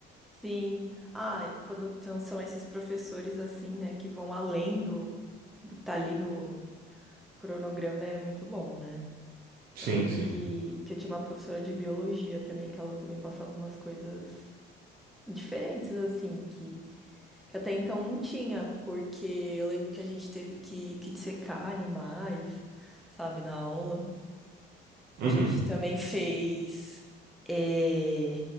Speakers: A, in the centre; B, on the right.
A: Sim. Ah, quando então são esses professores assim, né, que vão além do, do que tá ali no cronograma, é muito bom, né?
B: Sim,
A: Eu lembro
B: sim.
A: que, que eu tinha uma professora de biologia também, que ela também passava umas coisas diferentes, assim, que, que até então não tinha, porque eu lembro que a gente teve que, que dissecar animais, sabe, na aula.
B: Uhum,
A: A gente também fez eh,